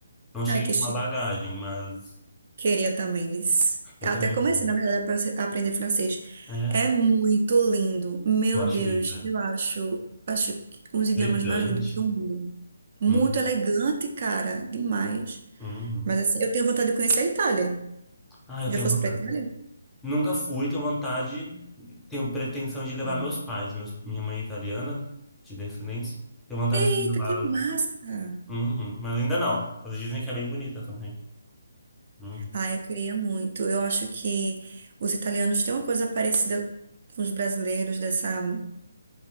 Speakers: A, in the centre; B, on the right.
A: não cheguei
B: Ai, que
A: com
B: chique.
A: uma bagagem, mas
B: Queria também, Viz.
A: eu
B: Eu
A: também
B: até comecei,
A: quero.
B: na verdade, a proce- a aprender francês.
A: É,
B: É muito lindo. Meu
A: eu acho
B: Deus,
A: linda.
B: eu acho, acho que um dos idiomas
A: Elegante.
B: mais lindos do mundo. Muito
A: Hum,
B: elegante, cara. Demais.
A: hum.
B: Mas assim, eu tenho vontade de conhecer a Itália.
A: Ah, eu
B: Já
A: tenho
B: fosse
A: vontade.
B: pra Itália?
A: Nunca fui, tenho vontade, tenho pretensão de levar
B: Sim.
A: meus pais, meus, minha mãe é italiana, de descendência, tenho vontade
B: Eita,
A: de levá-los.
B: que massa!
A: Uhum, mas ainda não. Mas dizem que é bem bonita também. Uhum.
B: Ah, eu queria muito. Eu acho que os italianos têm uma coisa parecida com os brasileiros dessa.